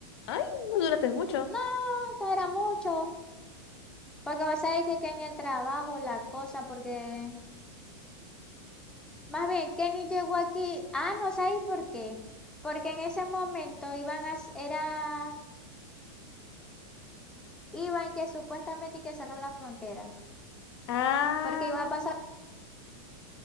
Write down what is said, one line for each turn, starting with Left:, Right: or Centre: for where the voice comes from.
Left: Ay, no duraste mucho.
Centre: No, no era mucho. Porque vos sabés que Kenny el trabajo, la cosa, porque... Más bien, Kenny llegó aquí. Ah, no sabéis por qué. Porque en ese momento iban a... s- Era... Iban que supuestamente hay que cerrar la frontera.
Left: Ah,
Centre: Porque iba a pasar,